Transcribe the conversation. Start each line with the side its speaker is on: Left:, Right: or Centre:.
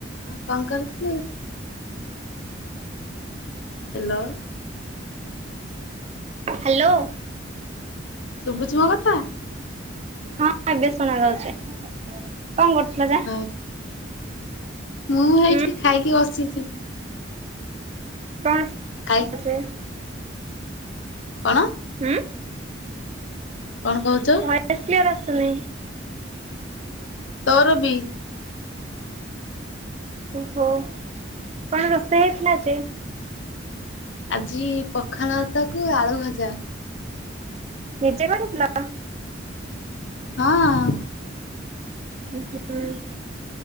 Left: ହଁ କଣ କରୁଥୁଲୁ?
Right: <unintelligible>
Left: ହ୍ୟାଲୋ।
Right: ହ୍ୟାଲୋ।
Left: ଶୁଭୁଚି ମୋ କଥା?
Right: ହଁ ଏବେ ଶୁଣାଯାଉଛି। କଣ କରୁଥିଲ
Left: ଓହୋ
Right: ଯେ?
Left: ମୁଁ ଏଇଠି
Right: ହୁଁ
Left: ଖାଇକି ବସିଚି।
Right: କଣ <unintelligible>
Left: ଖାଇକି କଣ?
Right: ହୁଁ।
Left: କଣ କହୁଚୁ?
Right: ଏ କ୍ଲିୟର ଆସୁନି।
Left: ତୋର ବି।
Right: ଓହୋ କଣ ରୋଷେଇ ହୋଇଥିଲା ଆଜି?
Left: ଆଜି ପଖାଳ ଭାତ କୁ ଆଳୁ ଭଜା।
Right: ନିଜେ କରିଥିଲ?
Left: ହଁ।
Right: <unintelligible>